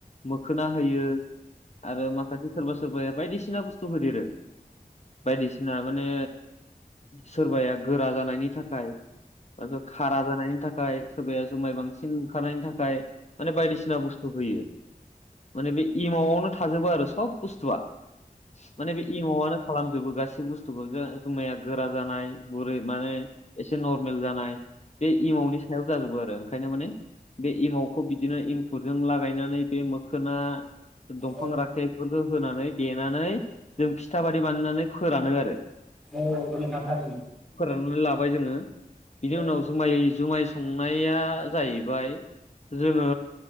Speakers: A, on the left; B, in the centre.
A: मोखोना होयो आरो माखासे सोरबा सोरबाया बायदिसिना बुस्थु होदेरो बायदिसिना माने सोरबाया गोरा जानायनि थाखाय ओ खारा जानायनि थाखाय सोरबाया जुमाय बांसिन ओंखारनायनि थाखाय माने बायदिसिना बुस्थु होयो माने बे एमावआवनो थाजोबो आरो सब बुस्थुआ माने बे इमावआनो खालामजोबो गासैबो बुस्थुखौ जुमाया गोरा जानाय गुरै माने एसे नरमेल जानाय बे इमावनि सायाव जाजोबो आरो आरो ओंखायनो माने बे एमावखौ बिदिनो इंखुरजों लागायनानै बे मोखोना दफां
B: औ
A: राखेब जों होनानै देनानै जों फिथा बादि बानायनानै फोरानो आरो
B: औ नंगौ नोंथां थारैनो
A: खौनो लाबाय जोङो बिनि
B: औ
A: उनावसो माइ जि जुमाय संनाया जाहैबाय जोङो